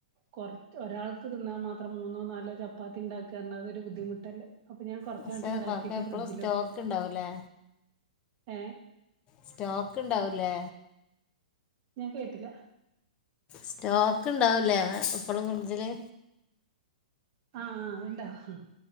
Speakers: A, on the right (about 40°); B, on the left (about 25°).
A: കൊർ ഒരാൾക് തിന്നാൻമാത്രം മൂന്നോ നാലോ ചപ്പാത്തി ഇണ്ടാക്കാ ർണ അതൊരു ബുദ്ധിമുട്ടല്ലേ അപ്പൊ ഞാൻ കൊറച്ചാട്ട്
B: പക്ഷേ
A: ഇണ്ടാക്കിട്ട്
B: പപ്പ എപ്പോഴും
A: ഫ്രിഡ്ജില്
B: സ്റ്റോക്ക്
A: വെക്കും
B: ഉണ്ടാവില്ലേ
A: ഏ
B: സ്റ്റോക്ക് ഇണ്ടാവൂലേ
A: ഞാൻ കേട്ടില
B: സ്റ്റോ ക്ക് ഇണ്ടാവും ലേന്ന് എപ്പളും ജില്
A: ആഹ് അഅ്ണ്ടാവും